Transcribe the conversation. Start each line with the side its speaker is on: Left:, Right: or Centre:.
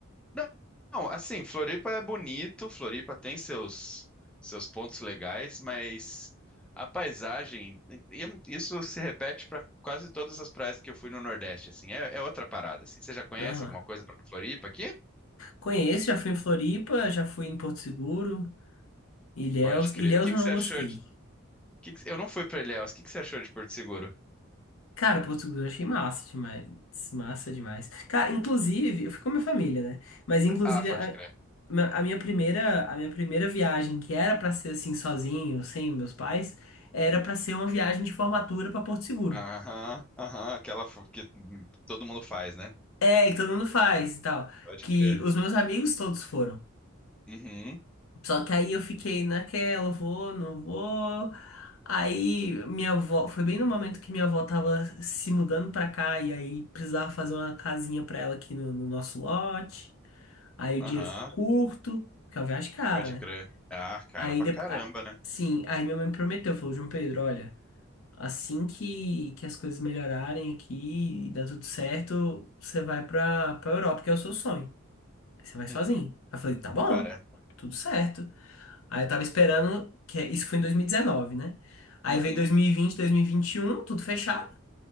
Centre: Não, não, assim, Floripa é bonito, Floripa tem seus, seus pontos legais, mas a paisagem, e- e isso se repete para quase todas as praias que eu fui no Nordeste, assim, é, é outra parada, assim. Você já conhece
Left: Aham.
Centre: alguma coisa para Floripa aqui?
Left: Conheço, já fui em Floripa, já fui em Porto Seguro. Ilhéus,
Centre: Pode crer.
Left: Ilhéus
Centre: O que
Left: eu
Centre: que
Left: não
Centre: você achou
Left: gostei.
Centre: de... o que que- Eu não fui para Ilhéus, o que que você achou de Porto Seguro?
Left: Cara, Portugal eu achei massa demais. Massa demais. Cara, inclusive, eu fui com a minha família, né? Mas inclusive
Centre: Ah, pode
Left: a,
Centre: crer.
Left: a minha primeira, a minha primeira viagem, que era pra ser assim sozinho, sem meus pais, era pra ser uma viagem de formatura pra Porto Seguro.
Centre: Aham, aham, aquela f- que todo mundo faz, né?
Left: É, que todo mundo faz e tal.
Centre: Pode
Left: Que
Centre: crer.
Left: os meus amigos todos foram.
Centre: Uhum.
Left: Só que aí eu fiquei naquela, vou, não vou. Aí minha avó, foi bem no momento que minha avó tava se mudando pra cá e aí precisava fazer uma casinha pra ela aqui no, no nosso lote. Aí o
Centre: Aham,
Left: dinheiro ficou curto, porque é uma viagem é cara,
Centre: pode
Left: né?
Centre: crer. Ah, cara
Left: Aí
Centre: pra
Left: depois,
Centre: caramba, né?
Left: sim, aí minha mãe me prometeu, falou, João Pedro, olha, assim que, que as coisas melhorarem aqui e dar tudo certo, você vai pra, pra Europa, que é o seu sonho. Aí você vai sozinho.
Centre: Hum,
Left: Aí eu falei, tá bom,
Centre: cara.
Left: tudo certo. Aí eu tava esperando, que é, isso foi em 2019, né? Aí
Centre: Uhum,
Left: veio 2020, 2021, tudo fechado.